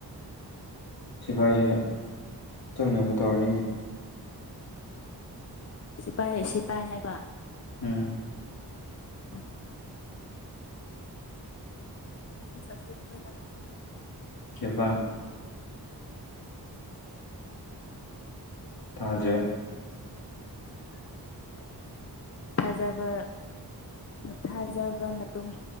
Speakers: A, on the left; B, on the left.
A: ꯁꯤꯐꯥꯏꯁꯦ ꯆꯪꯅꯕ ꯇꯧꯔꯅꯤꯅꯦ
B: ꯁꯤꯐꯥꯏ ꯁꯤꯐꯥꯏ ꯍꯥꯏꯕ
A: ꯎꯝ
B: ꯑꯣ ꯛꯁꯦꯁ
A: ꯀꯦꯕꯥ ꯇꯥꯖꯦ
B: ꯊꯥꯖꯕ ꯊꯥꯖꯕ ꯃꯇꯨꯡ